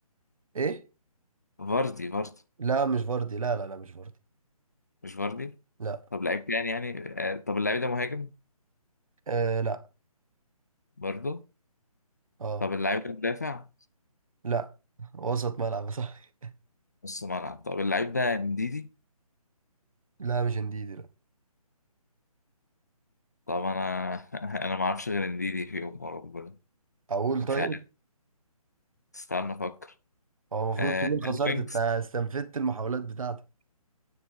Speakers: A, on the right; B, on the left.
A: ايه
B: فاردي فاردي
A: لا مش فاردي لا لا لا مش فاردي
B: مش فاردي
A: لا
B: طب لعيب تاني يعني آه، طب اللاعب ده مهاجم
A: آه لا
B: برضه
A: اه
B: طب اللاعب ده مدافع
A: لا وسط ملعب <laughs>
B: نص ملعب طب اللاعب ده انديدي
A: لا مش انديدي لا
B: طب انا <laughs> انا ما اعرفش غير انديدي فيهم يوم ربنا
A: اقول
B: مش
A: طيب
B: عارف استنى افكر
A: هو المفروض
B: آه...
A: تكون خسرت
B: وينجز
A: انت استنفدت المحاولات بتاعتك